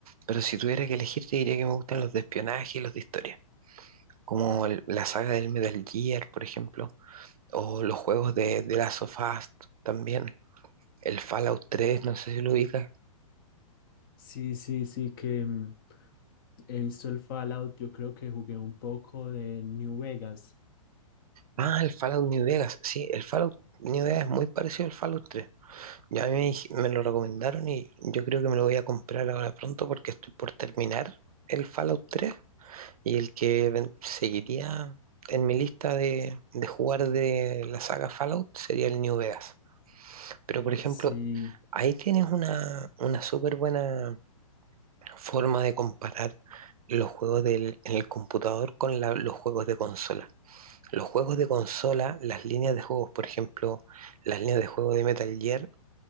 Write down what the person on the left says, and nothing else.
Sí, sí, sí, que... em, He visto el Fallout, yo creo que jugué un poco de New Vegas.
Sí,